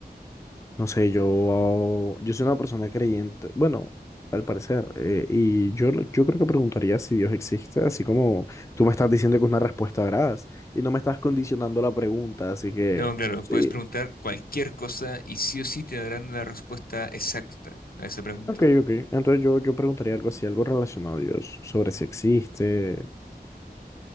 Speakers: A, on the left; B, on the left.
A: no sé, yo, yo soy una persona creyente, bueno, al parecer, eh, y yo, yo creo que preguntaría si Dios existe, así como tú me estás diciendo que es una respuesta, veraz y no me estás condicionando la pregunta, así que...
B: No, claro, puedes
A: Sí.
B: preguntar cualquier cosa y sí o sí te darán la respuesta exacta a esa pregunta.
A: Ok, ok. Entonces yo, yo preguntaría algo así, algo relacionado a Dios, sobre si existe.